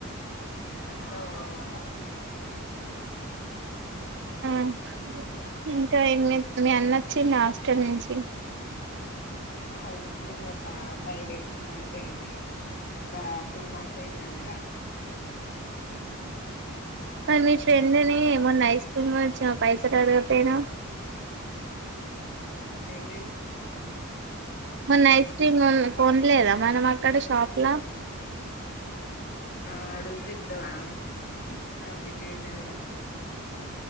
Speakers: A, on the left (about 45°); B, on the right (about 55°).
A: ఎన్నడు పోవుడైతదో
B: హ్మ్మ్ ఇంకా ఏం చేత్ మీ అన్న అచ్చింద హాస్టల్ నుంచి
A: హ ఆచ్చిండు ఒక ఫైవ్ డేస్ ఉన్నాడు పోయిండు ఇగ ఇంకా టూ మంత్స్ అయితంది రాకా
B: మరి మీ ఫ్రెండ్ని మొన్న ఐస్ క్రీమ్ కొనిచ్చినవ్ పైసలు అడగకపోయినావ్
A: ఏంటిది
B: మొన్న ఐస్ క్రీమ్ కొన్ కొనలేదా మనం అక్కడ షాప్ లా
A: ఆ అడుగుతే ఇత్తదా ఆమె ఆమ్ బిజీ ఉన్నదైతే